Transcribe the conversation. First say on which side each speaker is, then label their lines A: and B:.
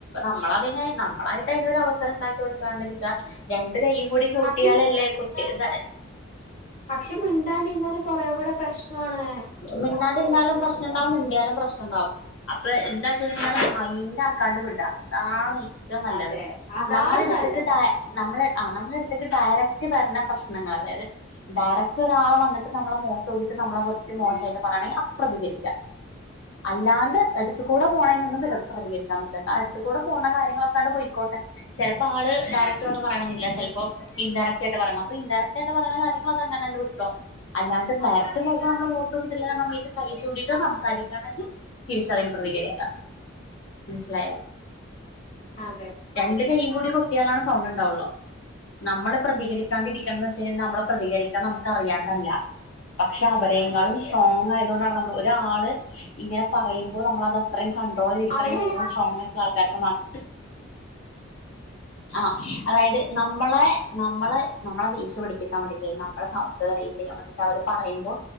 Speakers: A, on the left; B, on the left.
A: നമ്മളതിന് നമ്മളായിട്ട് അതിന് ഒരു അവസരം ഇണ്ടാക്കി കൊടുക്കാതിരിക്കുവാ ര - ണ്ട് കയ്യും കൂടി കൂട്ടിയാലല്ലേ
B: പക്ഷെ
A: കൊട്ടി ക
B: ക്ഷെമി മിണ്ടാടിരുന്നാലും കൊറേകൂടെ പ്രശ്നാണ്
A: മിണ്ടാണ്ടിരുന്നാലും പ്രശ്‌നം ഉണ്ടാവും മിണ്ടി ആലും പ്രശ്ന - അപ്പള് എന്താന് വെച്ചാല് മൈൻഡ് ആക്കാണ്ട് വിടുവാ അതാണ്- ഏറ്റവും നല്ലത്
B: അതെ അതാണ്
A: നമ്മള് എടുത്തിട്ട്
B: നല്ലത്
A: താ നമ്മള് ആഹ് നമ്മടെടുത്തേക്ക് ഡയറക്റ്റ് വരണ പ്രശ്നങ്ങള് വേറെ ഡയരക്റ്റ് ഒരാള് വന്നിട്ട് നമ്മളെ മോത്ത് നോക്കീട്ട് നമ്മളെ മോശായിട്ട് പറയണമെങ്കിൽ അപ്പ പ്രതികരിക്ക അല്ലാണ്ട് അടുത്തുകൂടെ പോണേനൊന്നും പ്രതികരിക്കാൻ നിക്കണ്ട അടുത്തു കൂടെ പോണ കാര്യങ്ങളൊക്കെ അങ്ങട് പൊയ്ക്കോട്ടെ ചെലപ്പം ആള് ഡയറക്റ്റ് വന്ന് പറയണന്നില്ല ചെലപ്പം ഇൻ ഡയറ്ക്ടയിട്ട് പറയ ഇൻ ഡയറക്റ്റായി പറയണ കാര്യങ്ങള അങ്ങനന്നെ വിട്ടോ അല്ലാണ്ട് ഡയറക്റ്റ് നോക്കി ഇപ്പം നമ്മളെ മോത്ത് നോക്കീട്ട് കൈ ചൂണ്ടിട്ടോ സംസാരിക്കാണെങ്കി തിരിച്ച് അതിന് പ്രതികരിക്കാം മനസ്സിലായോ
B: അതെ
A: രണ്ട് കയ്യും കൂടി കൊട്ടിയാലാണ് സൗണ്ട് ഉണ്ടാവുള്ളു നമ്മള് പ്രതികരിക്കാണ്ടിരിക്കന്ന് വെച്ച് കഴിഞ്ഞാൽ നമ്മള് പ്രതികരിക്കണം നമ്മക്ക് അറിയാണ്ടല്ല പക്ഷെ അവരെ എങ്ങാനും സ്ട്രോങ്ങ് ആയതുകൊണ്ടാണ് നമ്മൾ ഒരാള് ഇങ്ങനെ പറയുമ്പോൾ നമ്മളത് അത്‌ അല്ല - അത്രയും കണ്ടട്രോളിൽ ഇരിക്കണെങ്കിൽ
B: അവരിങ്ങനെ
A: അത്രയും സ്ട്രോങ് ആയിട്ടുള്ള ആൾക്കാർക്ക് മാത്ര ആഹ് അതായത് നമ്മളെ- നമ്മള് നമ്മളത് രക്ഷപ്പെടും കേട്ടമതി വേണ്ട നമ്മ സൗണ്ട് റൈസ് ചെയ്യാൻ വേണ്ടിട്ട് അവര് പറയുമ്പോൾ